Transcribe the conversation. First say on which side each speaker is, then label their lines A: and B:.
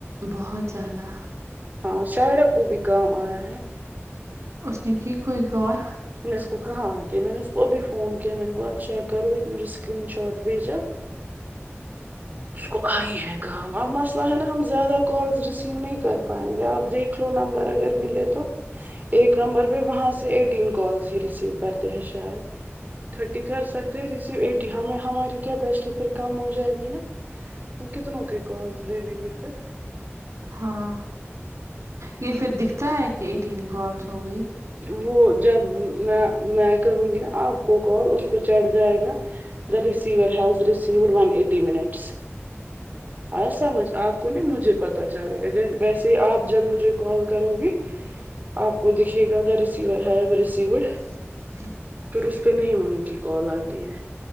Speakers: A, on the right; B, on the right.
A: بہت زیادہ
B: ہاں شاہرہ کو بھی کام آیا ہے
A: اس نے کی کوئی کال
B: میں اس کو کہا آتی میں نے اس کو بھی فون کیا میں نے کہا چیک کرو اس نے مجھے اسکرین شاٹ بھیجو اس کو آئی ہے کام اب مسئلہ ہے نا ہم زیادہ کالز ریسیو نہیں کر پائیں گے آپ دیکھ لو نمبر اگر ملے تو ایک نمبر پہ وہاں سے ایک تین کالز ہی ریسیو کرتے ہیں شاید ٹھرٹی کر سکتے ہیں ریسیو ایٹی ہمیں ہماری کیا بیسٹی پھر کم ہو جائے گی نا وہ کتنوں کے کالز لے لیں گے پھر
A: ہاں یہ پھر دکھتا ہے کہ ایٹین کالس ہو گئی
B: وہ جب میں میں کروں گی نا آپ کو کال اس کو چڑھ جائے گا دا رسور ہز ریسوز ون ایٹی منٹس آیا سمجھ آپ کو نہیں مجھے پتا چلے گا ویسے ہی آپ جب مجھے کال کرو گی آپ کو دکھے گا دا ریسیور ہے ریسیو
A: <inaudible>
B: پھر اس پہ نہیں وہاں کی کال آتی ہے